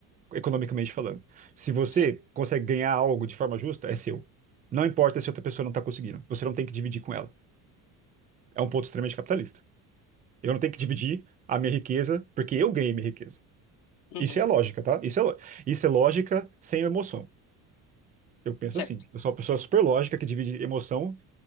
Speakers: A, on the right; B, on the left.
A: é, economicamente falando. Se você
B: Sim,
A: consegue ganhar algo de forma justa, é seu. Não importa se outra pessoa não está conseguindo. Você não tem que dividir com ela. É um ponto extremamente capitalista. Eu não tenho que dividir a minha riqueza porque eu ganhei minha riqueza.
B: uhum,
A: Isso é a lógica, tá? Isso é, lo- isso é lógica sem emoção. Eu penso
B: certo.
A: assim. Eu sou uma pessoa super lógica que divide emoção